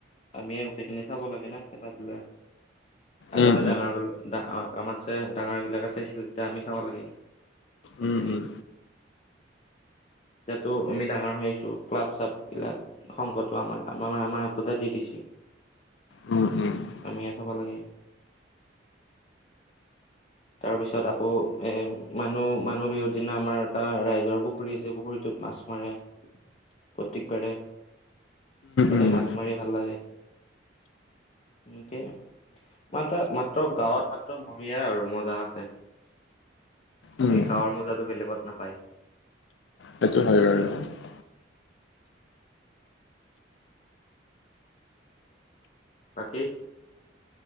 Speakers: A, on the left; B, on the left.
A: আমি গোটেইখিনি চাব লাগে না খেলা ধূলা আগতে
B: উম,
A: ডাঙৰ আমাৰ সৰু ডা আমা তছে ডাঙৰ গিলাকে চাইছিলে তেতিয়া আমি চাব লাগে সেইখিনি
B: উম উম
A: তো আমি ডাঙৰ হৈ আছো ক্লাব চাব গিলাক সংকটো আমাৰ আৰু আমাৰ হাততে দি দিছে
B: উম, উম,
A: আমিয়ে চাব লাগে তাৰ পিছত আকৌ এ মানুহ মানুহ বিহুৰ দিনা আমাৰ এটা ৰাইজৰ পুখুৰী আছে পুখুৰীটোত মাছ মাৰে প্ৰত্যেকবাৰে তাতে
B: উম,
A: মাছ মাৰে ভাল লাগে এনেকে মাত্ৰা মাত্ৰ গাঁৱত মাত্ৰ বঢ়িয়া আৰু মজা আছে
B: উম,
A: এই গাঁৱৰ মজাতো বেলেগত নাপায়
B: সেইটো হয় বাৰু
A: বাকী